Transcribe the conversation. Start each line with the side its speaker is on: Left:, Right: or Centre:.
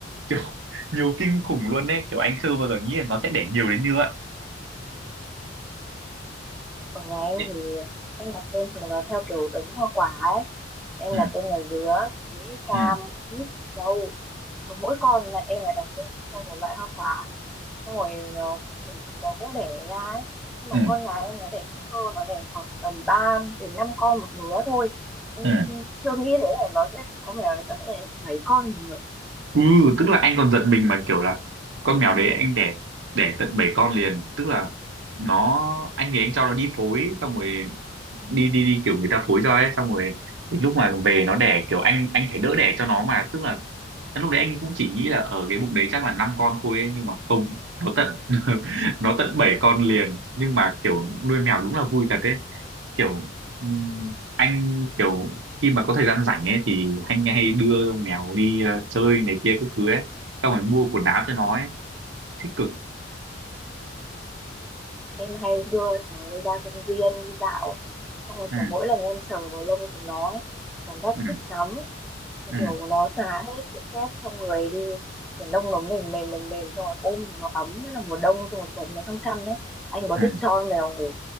Right: kiểu <laughs> nhiều kinh khủng luôn đấy kiểu anh chưa bao giờ nghĩ là nó sẽ đẻ nhiều đến như vậy
Centre: Ở nhà em
Right: ừ
Centre: thì em đặt tên chúng nó theo kiểu đống hoa quả ấy. Em
Right: ừ
Centre: đặt tên là dứa, bí, cam,
Right: ừ
Centre: quýt, dâu. Cứ mỗi con là em lại đặt tên cho một loại hoa quả. Xong rồi ờ, tụi chúng nó cũng đẻ ra ấy. Nhưng mà
Right: ừ
Centre: con nhà em nó đẻ ít cơ, nó đẻ khoảng tầm 3 đến 5 con một lứa thôi. Em
Right: ừ
Centre: chưa nghĩ đến là nó sẽ có mèo nó sẽ đẻ 7 con một lứa
Right: Ừ, tức là anh còn giật mình mà kiểu là con mèo đấy anh đẻ đẻ tận 7 con liền tức là nó anh thì anh cho nó đi phối xong rồi đi đi đi kiểu người ta phối cho ấy xong rồi đến lúc mà về nó đẻ kiểu anh anh phải đỡ đẻ cho nó mà tức là lúc đấy anh cũng chỉ nghĩ là ở cái bụng đấy chắc là năm con thôi ấy, nhưng mà không nó tận <laughs> nó tận bảy con liền nhưng mà kiểu nuôi mèo đúng là vui thật đấy kiểu ừm, anh kiểu khi mà có thời gian rảnh ấy thì anh hay đưa mèo đi ờ, chơi này kia cái thứ ấy xong rồi mua quần áo cho nó ấy thích cực
Centre: em hay đưa chúng nó đi ra công viên đi dạo xong rồi
Right: ừ,
Centre: kiểu mỗi lần em sờ vào lông chúng nó ấy cảm giác
Right: ừ,
Centre: thích lắm Như
Right: ừ,
Centre: kiểu nó xả hết cái stress trong người đi kiểu lông nó mềm mềm mềm mềm xong rồi ôm thì nó ấm nhất là mùa đông xong rồi quấn nó trong chăn đấy anh có
Right: ừ.
Centre: thích cho con mèo ngủ